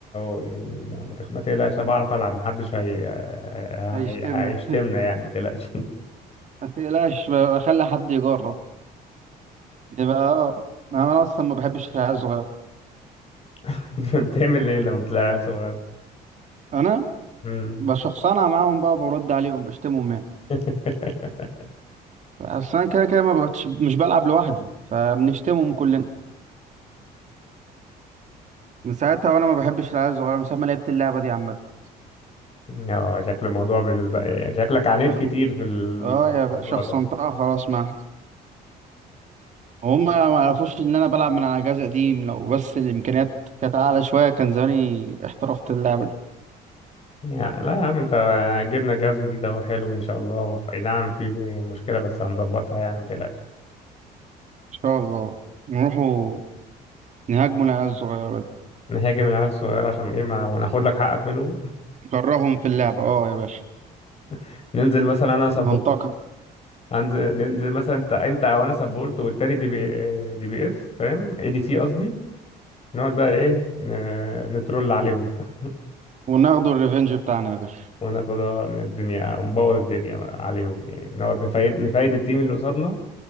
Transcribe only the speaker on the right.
هيشتمنا
<laughs>
ما تقلقش بقى اخلي حد يجرب يبقى اه انا اصلا ما بحبش العيال الصغيرة
فانا
بشخصنها معاهم بقى برد عليهم بشتمهم يعني
بس انا كده كده ما بتش... مش بلعب لوحدي فبنشتمهم كلنا من ساعتها وانا ما بحبش العيال الصغيره من ساعه ما لعبت اللعبه دي عامه
اه
اه يا بقى شخصنتها
خلاص معاهم وهم ما عرفوش ان انا بلعب من على جهاز قديم لو بس الامكانيات كانت اعلى شويه كان زماني احترفت اللعبه دي
ان شاء الله نروحوا نهاجموا العيال الصغيره دي
نكرههم في اللعبه اه يا باشا
ننتقم
وناخدوا الريفنج بتاعنا يا باشا